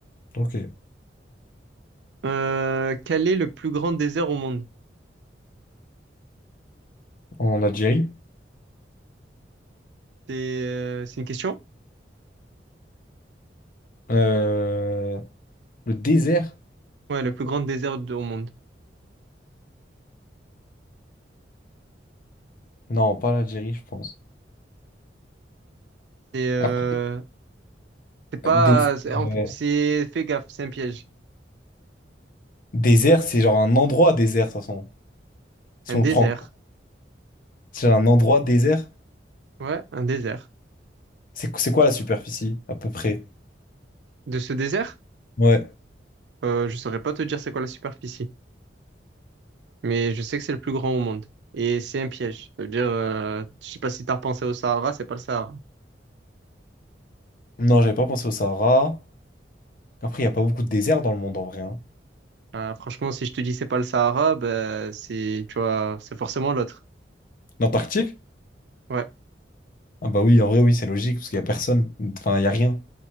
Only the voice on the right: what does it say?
Euh, quel est le plus grand désert au monde?
C'est euh, c'est une question?
Ouais, le plus grand désert de- au monde.
C'est euh,
C'est pas,
c'est,
en- c'est- fais gaffe, c'est un piège.
Un
désert.
Ouais, un désert.
De ce désert,
euh, je saurais pas te dire c'est quoi la superficie, mais je sais que c'est le plus grand au monde. Et c'est un piège. Ça veut dire, euh, je sais pas si t'as repensé au Sahara, c'est pas le Sahara.
Euh, franchement, si je te dis c'est pas le Sahara, ben, c'est, tu vois, c'est forcément l'autre.
Ouais.